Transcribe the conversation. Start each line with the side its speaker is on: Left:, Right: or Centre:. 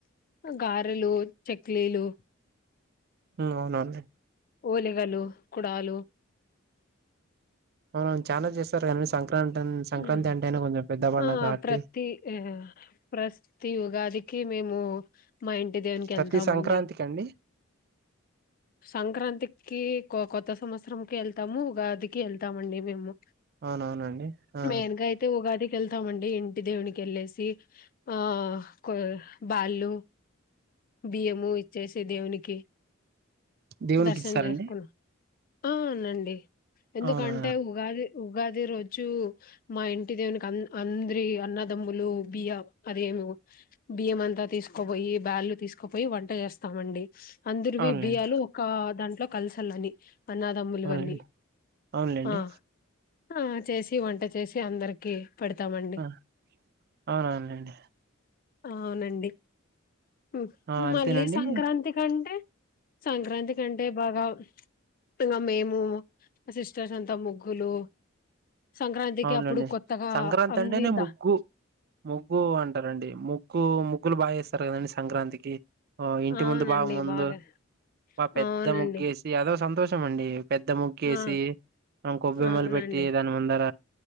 Left: గారెలు చెక్లీలు
Right: హ్మ్మ్ అవునా అండి
Left: ఓలిగలు కుడాలు
Right: అవున చాలా చేస్తారు కానీ సంక్రాంతి సంక్రాంతి
Left: హ్మ్.
Right: అంటే అయినా కొంచెం పెద్ద పండగ
Left: ఆ
Right: కాబట్టి
Left: ప్రతి ఆ ప్రతి ఉగాదికి మేము మా ఇంటి ద నికి
Right: ప్రతి
Left: వెళ్తాంమండి
Right: సంక్రాంతికి అండి
Left: సంక్రాంతికి కొత్త సంవత్సరంకి వెళ్తాము ఉగాదికి వెళ్తామండి మేము
Right: అవునవునండి ఆ
Left: మేం గా ఐతే ఉగాది కి వెళ్తామండి ఇంటి దేవునికి వెళ్ళసి ఆ కొ బ్యాళ్ళు బియ్యము ఇచ్చేసి దేవునికి
Right: దేవునికి
Left: దర్శనం
Right: ఇస్తారండి
Left: చేసుకున్నా అవునండి ఎందుకంటే
Right: అవునా
Left: ఉగాది ఉగాది రోజు మా ఇంటి దేవునికి అందరి అన్నదమ్ములు బియ్య అదిమి బియ్యం అంతా తీసుకోపోయి బ్యాళ్ళు తీసుకుపోయి వంట చేస్తామండి అందరివి
Right: అవునులేండి
Left: బియ్యాలు ఒక దాంట్లో కలసలని అనాదమ్ములువన్నీ
Right: అవునులేండి అవునులేండి
Left: ఆ ఆ చేసి వంట చేసి అందరికి పెడతామండి
Right: ఆ అవునవునండి
Left: అవునండి, ఉమ్
Right: ఆ అంతేనండి
Left: మళ్ళీ సంక్రాంతి కంటే సంక్రాంతి కంటే బాగా ఇంగా మేము మ సిస్టర్స్ అంతా ముగ్గులు సంక్రాంతికి
Right: అవునండి
Left: అప్పుడు కొత్తగా
Right: సంక్రాంతి
Left: అన్ని
Right: అంటేనే
Left: దా
Right: ముగ్గు, ముగ్గు అంటరండి ముగ్ గ్గు ముగ్గులు బాగ ఏస్తరు కదండి సంక్రాంతికి ఆ ఇంటి
Left: అవునండి
Right: ముందు బాగ ముందు
Left: బాగా
Right: బా పెద్ద
Left: అవునండి
Right: ముగ్గేసి అదో సంతోషం అండి పెద్ద ముగ్గేసి
Left: ఆ
Right: ఆ కొబ్బెమ్మలు
Left: అవునండి
Right: పెట్టి దానిముందర